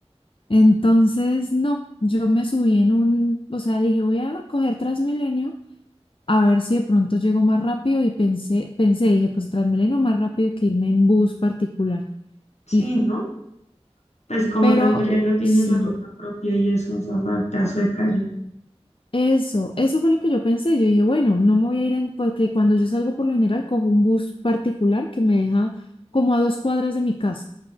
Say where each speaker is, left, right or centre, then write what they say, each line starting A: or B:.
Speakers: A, on the left; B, on the left.
A: Entonces, no, yo me subí en un, o sea, dije, voy a coger Transmilenio a ver si de pronto llego más rápido y pensé, pensé, dije, pues Transmilenio más rápido que irme en bus particular.
B: Sí,
A: Y,
B: ¿no? Pues como
A: pero
B: Transmilenio tiene
A: sí.
B: la ruta propia y eso, o sea, la pedazo de calle.
A: Eso, eso fue lo que yo pensé. Yo dije, bueno, no me voy a ir en, porque cuando yo salgo por lo general cojo un bus particular que me deja como a dos cuadras de mi casa.